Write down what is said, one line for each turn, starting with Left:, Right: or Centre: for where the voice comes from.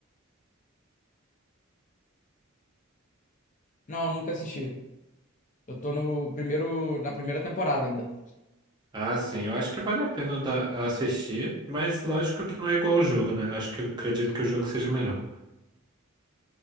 Left: Não, nunca assisti. Eu tô no primeiro, na primeira temporada ainda.
Right: Ah, sim, eu acho que vale a pena da- assistir, mas lógico que não é igual ao jogo, né? Eu Acho que eu acredito que o jogo seja melhor.